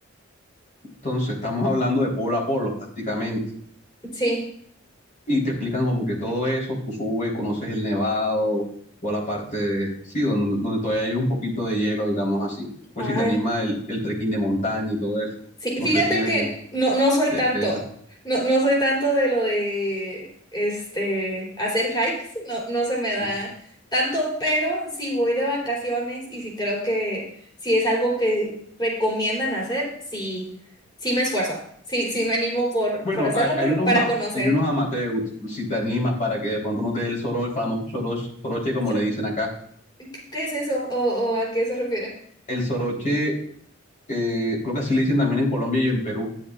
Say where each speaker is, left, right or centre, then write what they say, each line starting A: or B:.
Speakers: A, on the left (about 40°); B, on the left (about 20°).
A: Entonces, estamos hablando de polo a polo prácticamente.
B: sí.
A: Y te explican como que todo eso, tú subes, conoces el nevado, toda la parte, de- sí, donde, donde todavía hay un poquito de hielo, digamos así. Pues
B: Ah.
A: si te anima el, el trekking de montaña y todo eso.
B: Sí,
A: No
B: fíjate
A: sé si eres
B: que
A: de,
B: no, no soy
A: de,
B: tanto,
A: de esas.
B: no, no soy tanto de lo de este hacer hikes, no, no se me
A: Sí.
B: da tanto, pero si voy de vacaciones y si creo que si es algo que recomiendan hacer, sí, sí me esfuerzo, sí, sí me animo por,
A: Bueno,
B: por hacerlo
A: hay, hay
B: por-
A: unos,
B: para
A: a-
B: conocer.
A: hay unos amateurs, por si te animas para que de pronto no te dé el soroche, el famoso soroche, soroche como
B: So,
A: le dicen acá.
B: ¿Qué qué es eso? ¿O, o a qué se refiere?
A: El soroche, eh, creo que así le dicen también en Colombia y en Perú